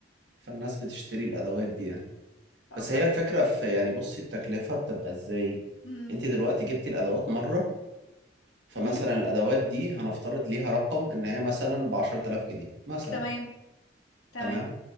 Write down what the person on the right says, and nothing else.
فالناس بتشتري الأدوات دي يعني
بس
هي الفكرة في يعني بصي التكلفة بتبقى إزاي
أنت دلوقتي جبتي الأدوات مرة فمثلا
الأدوات دي هنفترض ليها رقم إن هي مثلا ب 10000 جنيه مثلا
تمام